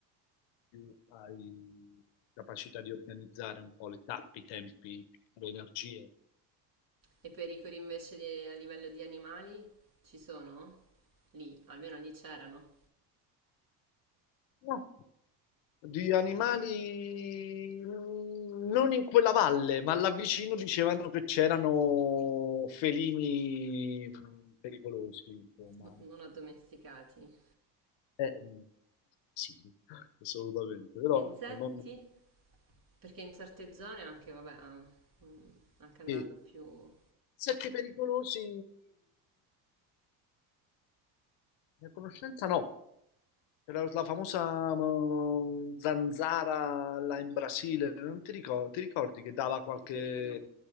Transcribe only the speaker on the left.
più hai capacità di organizzare un po' le tappe, i tempi, le energie.
No. Di animali mm, non in quella valle, ma là vicino dicevano che c'erano felini mm, pericolosi, insomma.
Eh, mm, sì, assolutamente, però
ecco, non,
Sì.
Sette pericolosi, la conoscenza no, era la famosa mm, zanzara là in Brasile, non ti ricordi, ti ricordi che dava qualche...